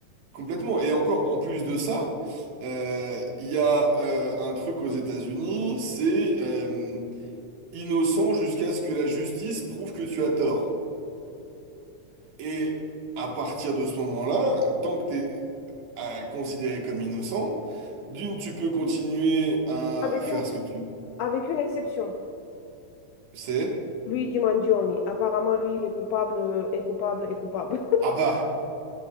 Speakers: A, on the right; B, on the left.
A: Complètement. Et encore, en plus de ça, euh, il y a euh, un truc aux États-Unis, c'est... euh, innocent jusqu'à ce que la justice prouve que tu as tort. Et à partir de ce moment-là, tant que t'es es considéré comme innocent, d'une, tu peux continuer à
B: avec
A: faire
B: une,
A: ce que tu
B: avec une exception.
A: sais.
B: Luigi Mangione, apparemment, lui, il est coupable, euh, est coupable, est coupable.
A: Ah bah,